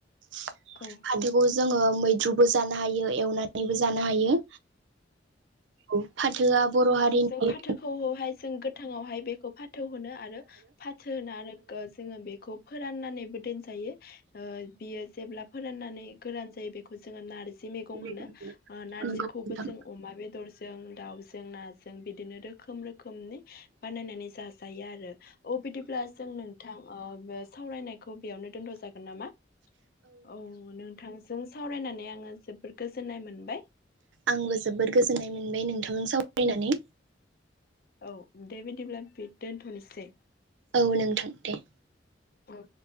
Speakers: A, on the right; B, on the left.
A: फाथोखौ
B: औ
A: जो जोङो मैद्रुबो जानो हायो एवनानैबो जानो हायो। औ फाथोआ बर' हारिनि
B: औ जों फाथोखौहाय जों गोथाङावहाय बेखौ फाथो होनो आरो फाथो होनो आरो ओ जोङो बेखौ फोराननानैबो दोन जायो। ओ बेयो जेल्बा फोरानानै गोरान जायो बेखौ जोङो नार जै मैगं
A: नंगौ
B: होनो। ओ नारजैखौबो
A: नोंथां
B: जों अमा बेदर ज जों दाउजों ना जों बिदिनो रोखोम रो खोमनि बानायनानै जाजायो आरो अ बिदिब्ला जों नोंथां ओ बे सावरायनाय खौ बेयावनो दोनथ जागोन नामा औ नोंथां जों सावरायनानै आङो जोबोर गोजोननाय मोनबाय।
A: आंबो जोबोद गोजोननाय मोनबाय नोंथांजों सावरायनानै
B: औ दे बिदिब्ला बे दोनथनोसै
A: औ नोंथां दे
B: ओं